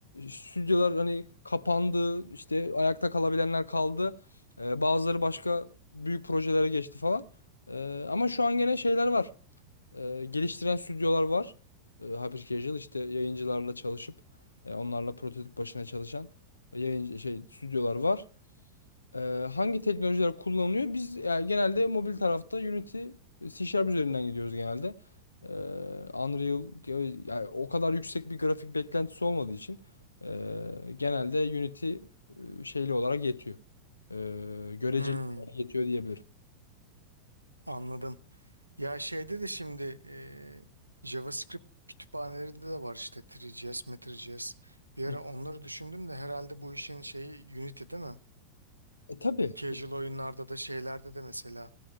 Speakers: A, on the left (about 75°); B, on the right (about 85°).
A: stüdyolar hani kapandı işte ayakta kalabilenler kaldı. Ee, bazıları başka büyük projelere geçti falan. Ee, ama şu an gene şeyler var. Ee, geliştiren stüdyolar var. Ee, Hyper Casual işte yayıncılarla çalışıp e, onlarla prototip başına çalışan yayıncı şey stüdyolar var. Ee, hangi teknolojiler kullanılıyor? Biz yani genelde mobil tarafta Unity, e, C Sharp üzerinden gidiyoruz genelde. Ee, Unreal yani o kadar yüksek bir grafik beklentisi olmadığı için ee, genelde Unity e, şeyli olarak yetiyor. Ee, göreceli
B: Hmm,
A: olarak yetiyor diyebilirim.
B: anladım. Ya şeyde de şimdi e, JavaScript kütüphanelerinde de var işte 3JS, Bir ara
A: Hı.
B: onları düşündüm de herhalde bu işin şeyi Unity değil mi?
A: E, tabii.
B: Casual oyunlarda da şeylerde de mesela